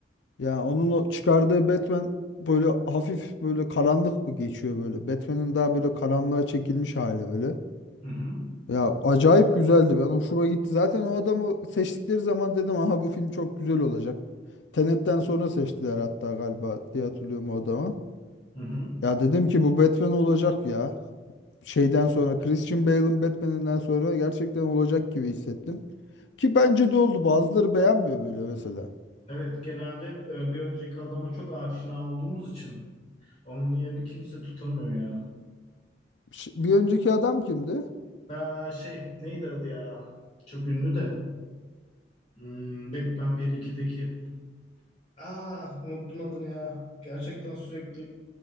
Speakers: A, on the left (about 80°); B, on the left (about 40°).
A: ya onun o çıkardığı Batman böyle hafif böyle karanlık mı geçiyor böyle. Batman'in daha böyle karanlığa çekilmiş hali öyle.
B: Hı hı.
A: Ya acayip güzeldi. Ben hoşuma gitti. Zaten o adamı seçtikleri zaman dedim aha bu film çok güzel olacak. Tenet'ten sonra seçtiler hatta galiba diye hatırlıyorum o adamı.
B: Hı hı.
A: Ya dedim ki bu Batman olacak ya. Şeyden sonra Christian Bale'ın Batman'inden sonra gerçekten olacak gibi hissettim. Ki bence de oldu. Bazıları beğenmiyor böyle mesela.
B: Evet genelde hep, e, bir önceki adama çok aşina olduğumuz için onun yerini kimse tutamıyor ya.
A: Ş- Bir önceki adam kimdi?
B: Aa, şey neydi adı ya? Çok ünlü de. Hmm, Batman 1-2'deki. Aa unuttum adını ya. Gerçekten sürekli